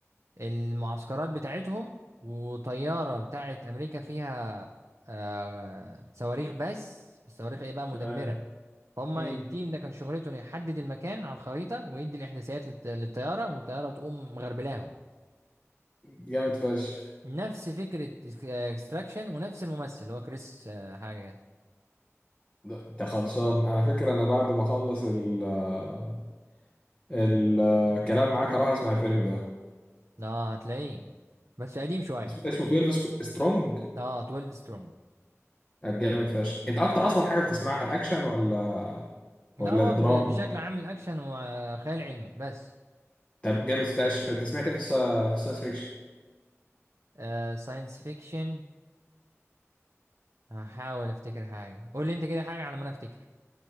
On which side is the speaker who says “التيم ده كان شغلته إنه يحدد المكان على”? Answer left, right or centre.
Right